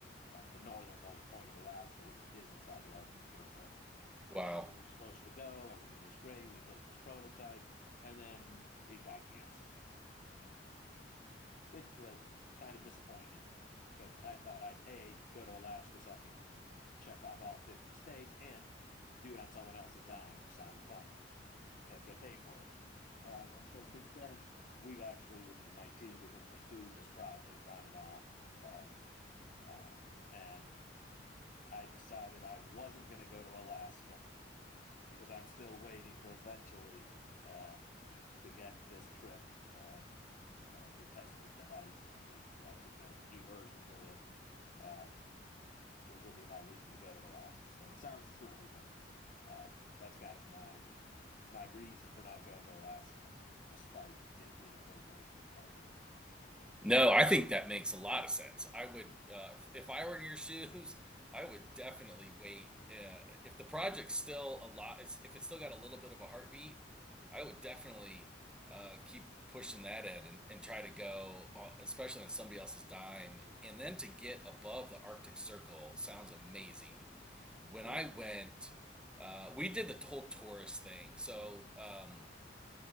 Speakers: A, on the left (about 45°); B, in the centre.
A: kind of the northernmost point of Alaska, which is inside the Arctic Circle. And
B: Wow.
A: we were supposed to go. Everything was great. We built this prototype, and then it got canceled, which was kind of disappointing because I thought I'd a go to Alaska so I can check off all 50 states and do it on someone else's dime, which sounded fun, and get paid for it. Uh, and so since then, we've actually, with the, my team, we've been pursuing this project on and off. Um, uh, and I decided I wasn't going to go to Alaska because I'm still waiting for eventually uh, to get this trip uh, uh, to test this device, or the, we actually built new versions of it, uh, which will be my reason to go to Alaska. So it sounds silly, but uh, that's kind of my my reason for not going to Alaska, despite it being a great place from what I hear.
B: No, I think that makes a lot of sense. I would, uh, if I were in your <laughs> shoes, I would definitely wait. Uh, if the project's still a lot, if it's still got a little bit of a heartbeat, I would definitely uh, keep pushing that in and, and try to go, on, especially on somebody else's dime. And then to get above the Arctic Circle sounds amazing. When
A: Yeah.
B: I went, uh, we did the whole tourist thing. So, um,